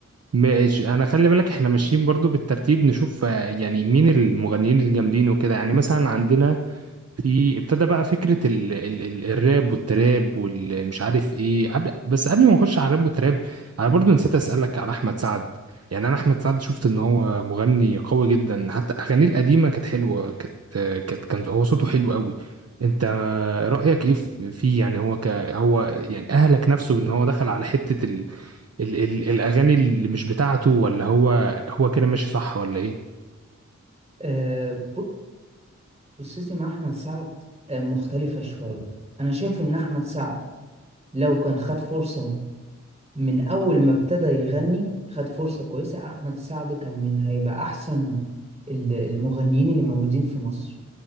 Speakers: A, on the right; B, on the right.
A: ماشي انا خلي بالك احنا ماشيين برضو بالترتيب نشوف آه، يعني مين المغنيين الجامدين وكده يعني مثلا عندنا في ابتدى بقى فكرة ال ال ال الراب والتراب والمش عارف ايه قبل بس قبل ما نخش على الراب والتراب انا برضو نسيت اسألك على احمد سعد يعني انا احمد سعد شفت ان هو مغني قوي جدا حتى اغانيه القديمة كانت حلوة كانت كانت كان هو صوته حلو قوي انت رأيك ايه في- فيه يعني هو ك هو يعني اهلك نفسه بان هو دخل على حتة ال ال الاغاني اللي مش بتاعته ولا هو هو كده ماشي صح ولا ايه
B: آه، قصتي مع أحمد سعد آه، مختلفة شوية أنا شايف إن أحمد سعد لو كان خد فرصة من أول ما ابتدى يغني خد فرصة كويسة أحمد سعد كان من هيبقى أحسن ال- المغنيين اللي موجودين في مصر